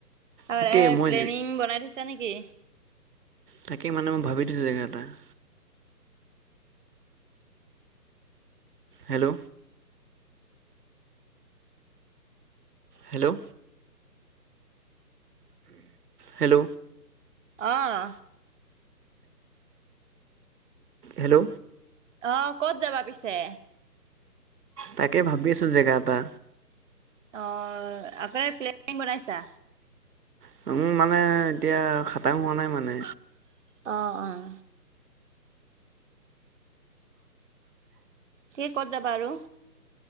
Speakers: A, on the right; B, on the right.
A: আৰু
B: তাকেই
A: এ
B: মই
A: প্লেনিং বনায় থৈছা নেকি?
B: তাকে মানে মই ভাবি থৈছোঁ জেগা এটা। <unintelligible> হেল্ল'। হেল্ল'। হেল্ল'।
A: অহঁ।
B: হেল্ল'।
A: অহঁ ক'ত যাবা পিছে?
B: তাকে ভাবি আছো জেগা এটা।
A: অঁ আগতে প্লেনিং বনাইছা।
B: প্লেনিং মানে এতিয়া খাটাং হোৱা নাই মানে।
A: অঁ অঁ। কি ক'ত যাবা আৰু?